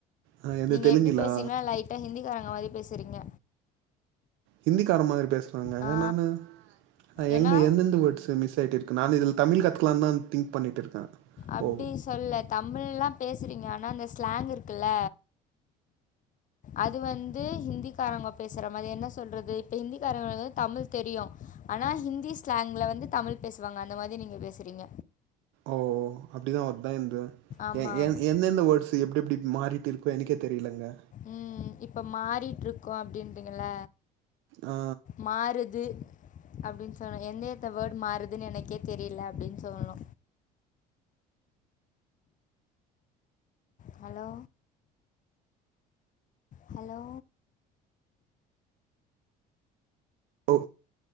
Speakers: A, on the right; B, on the left.
A: ஆ எந்து
B: நீங்க
A: தெலுங்குலா
B: எப்டி பேசுவீங்கனா லைட் டா ஹிந்திக்காரவ்ங்க மாரி பேசுறீங்க
A: ஹிந்திக்காரே மாரி பேசுறேனாங்க
B: ஆ
A: நானு அ
B: ஏன்னா
A: எங்க எந்தெந்த வேர்ட்ஸ்சு மிஸ் ஆயிட்டுருக் கு நானு இதுல் தமிழ் கத்துக்களானு தா திங்க் பண்ணிட்டு இருக்கே
B: அப்டி
A: ஓ
B: சொல்ல தமிழ்லா பேசுறீங்க ஆனா அந்த ஸ்லாங் இருக்குல்ல அது வந்து ஹிந்திக்காரவங்க பேசுற மாரி அ என்ன சொல்றது இப்ப ஹிந்திக்காரவ்ங்க வந்து தமிழ் தெரியு ஆனா ஹிந்தி ஸ்லாங்ல வந்து தமிழ் பேசுவாங்க அந்த மாதி நீங்க பேசுறீங்க
A: ஓ அப்டிதா ஒருத்தே இந்த
B: ஆமா
A: ஏ ஏ
B: ஆமா
A: ஏ எந்தெந்த வேர்ட்ஸ் எப்டி எப்டி மாறிட்டு இருக்கே எனக்கே தெரிலங்க
B: ம் இப்ப மாறிட்டு இருக்கு அப்டின்றீங்கல்ல
A: ஆ
B: மாறுது அப்டின்னு சொல்லலா எந்த எடத்துல வேர்டு மாறுதுனு எனக்கே தெரியல அப்டின்னு சொல்லா ஹலோ ஹலோ
A: ஓ